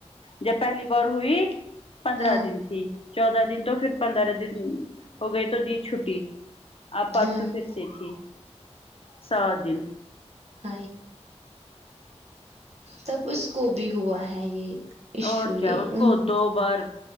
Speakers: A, on the left; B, on the right.
A: جب پہلی بار ہوئی پندرہ
B: ہاں
A: دن تھی چودہ دن تو پھر پندرہ دن ہو گئے تو دی چھٹی آب پرسوں
B: ہاں
A: پھر سے تھی سات دن
B: ہ تب اس کو بھی ہوا ہے یہ ایشو
A: اور
B: یہ
A: کیا اس کو
B: ان
A: دو بار